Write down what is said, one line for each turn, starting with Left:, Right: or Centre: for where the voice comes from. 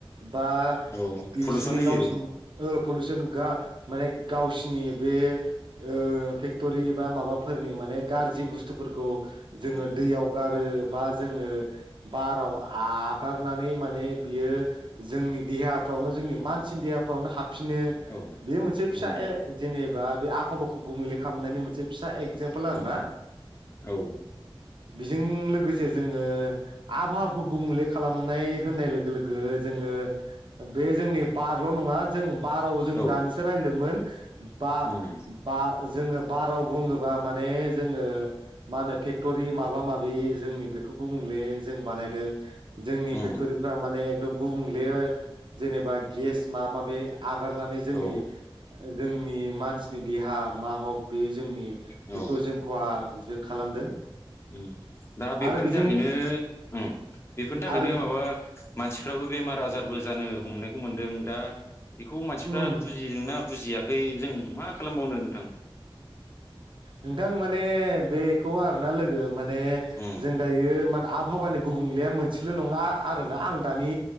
Right: बा
Left: औ
Right: बिसिनि
Left: पलुसन होयो
Right: गावसिनि ओ पलुसन गा माने गावसिनि बे ओ फेक्टरि बा माबाफोरनि माने गाज्रि बुस्थुफोरखौ जोङो
Left: उम
Right: दैयाव गारो बा जोङो बाराव आगारनानै माने बियो जोंनि देहाफ्रावनो जोंनि मानसिनि देहाफ्रावनो हाब फिनो
Left: औ
Right: बे मोनसे फिसा
Left: उम
Right: ए जेनोबा बे आबहावा गुबले खालामनायनि मोनसे फिसा एगजामपोल आरो
Left: उम
Right: ना।
Left: औ
Right: बेजों लोगोसे जों ओ आबहावाखौ गुबुंले खालामनाय होननाय लोगो लोगो जोङो बे जोंनि बारल' नङा जों बाराव जों
Left: औ
Right: दानिसो रायजलायदोंमोन बा-बा
Left: उम
Right: जोङो बाराव बुङोबा माने जोङो मा होनो फेक्ट'रि माबा माबि जोंनि बेखौ गुबुंले जों बानायदों जोंनि
Left: उम
Right: फेक्ट'रिफ्रा माने गुबुंले जेनेबा गेस माबा माबि आगारनानै जोंनि
Left: औ
Right: जोंनि मानसि निदि हा मा हक बे जोंनि
Left: औ
Right: बेखौ जोंखहा जों खालामदों।
Left: उम दा बेफोरनि
Right: आरो बेजों
Left: थाखायनो उम बेफोरनि थाखायनो
Right: आरो
Left: माबा मानसिफ्राबो बेमार आजारबो जानो हमनायखौ मोनदों दा। बिखौ मानसिफ्रा
Right: उम
Left: बुजिदोंना? बुजियाखै जों मा खालामबावनो नोंथां?
Right: नोंथां माने बेखौ आरना लोगो माने
Left: उम
Right: जों दायो मान आबहावानि गुबुंलेया मोनसेल' नङा। आरोना आं दानि